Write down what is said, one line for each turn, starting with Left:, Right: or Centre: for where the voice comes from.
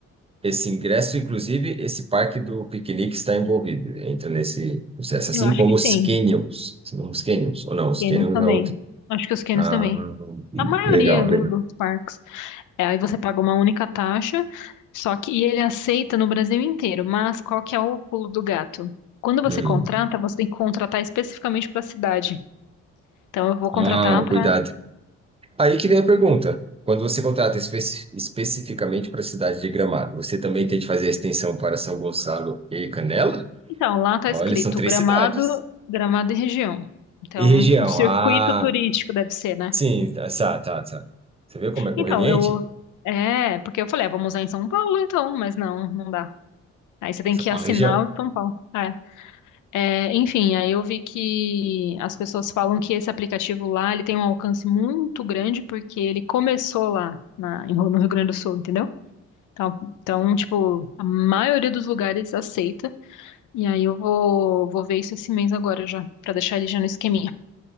Right: Esse ingresso, inclusive, esse parque do piquenique está envolvido, entra nesse processo, assim
Left: Eu acho
Right: como
Left: que
Right: os
Left: sim.
Right: canyons, não os canyons, ou não, os
Left: Canos
Right: canyons
Left: também.
Right: é outro.
Left: Acho que os Canos
Right: Ah,
Left: também. A maioria
Right: legal, legal.
Left: do- dos parques. É, aí você paga uma única taxa, só que e ele aceita no Brasil inteiro. Mas qual que é o pulo do gato? Quando você
Right: Hum.
Left: contrata, você tem que contratar especificamente para a cidade. Então eu vou contratar
Right: Ah,
Left: para.
Right: cuidado. Aí que vem a pergunta. Quando você contrata espe- especificamente para a cidade de Gramado, você também tem de fazer a extensão para São Gonçalo e Canela?
Left: Então, lá está
Right: Olha,
Left: escrito
Right: são três
Left: Gramado,
Right: cidades.
Left: Gramado e região. Então,
Right: E região?
Left: o circuito
Right: Ah,
Left: turístico deve ser, né?
Right: sim, tá, tá, tá. tá. Você viu como é conveniente?
Left: Então, eu é, porque eu falei, ah, vamos usar em São Paulo, então, mas não, não dá. Aí você tem
Right: São
Left: que
Right: Paulo
Left: assinar
Right: e região.
Left: o de São Paulo. É. É, enfim, aí eu vi que as pessoas falam que esse aplicativo lá, ele tem um alcance muito grande porque ele começou lá na- em- no Rio Grande do Sul, entendeu? Então, então, tipo, a maioria dos lugares aceita. E aí eu vou, vou ver isso esse mês agora já, pra deixar ele já no esqueminha.